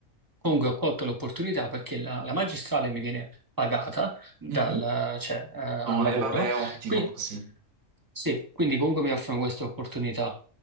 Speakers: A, on the right; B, on the right.
A: comunque ho colto l'opportunità perché la, la magistrale mi viene pagata dal,
B: Mhm.
A: cioè, eh, al
B: No,
A: lavoro.
B: e vabbè, ottimo
A: Qui-
B: così.
A: sì, quindi comunque mi offrono questa opportunità